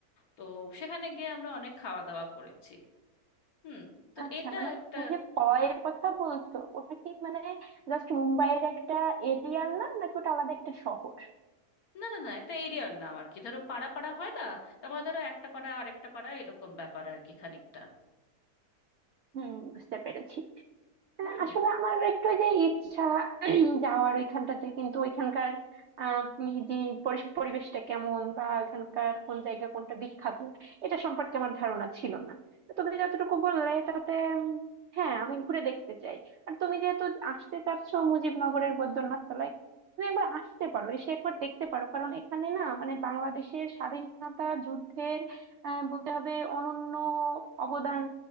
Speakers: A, on the left (about 70°); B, on the right (about 70°).
A: তো সেখানে গিয়ে আমরা অনেক খাওয়া দাওয়া করেছি হুম তো
B: আচ্ছা
A: এটা
B: মানে
A: একটা
B: তুমি যে পয়ের কথা বলছো ওটা কি মানে জাস্ট মুম্বাইয়ের একটা এরিয়ার নাম নাকি ওটা আলাদা একটা শহর
A: না না না একটা এরিয়ার নাম আর কি ধরো পাড়া পাড়া হয় না তারপরে ধরো একটা পাড়া আরেকটা পাড়া এরকম ব্যাপার আর কি খানিকটা
B: হুম বুঝতে পেরেছি আহ,
A: হুম
B: আসলে আমার একটু ওই যে ইচ্ছা <clears throat> যাওয়ার ওইখানটাতে কিন্তু ওইখানকার আহ, উম, যে পরিস- পরিবেশটা কেমন বা ওইখানকার কোন জায়গা কোনটা বিখ্যাত এটা সম্পর্কে আমার ধারণা ছিল না তো তুমি যতটুকু বললে তাতে উম, হ্যাঁ আমি ঘুরে দেখতে চাই আর তুমি যেহেতু আসতে চাচ্ছ মুজিবনগরের বৈদ্যনাথ তলায় তুমি একবার আসতে পারো এসে একবার দেখতে পারো কারণ এখানে না মানে বাংলাদেশের স্বাধীনতা যুদ্ধের আহ, বলতে হবে অনন্য অবদান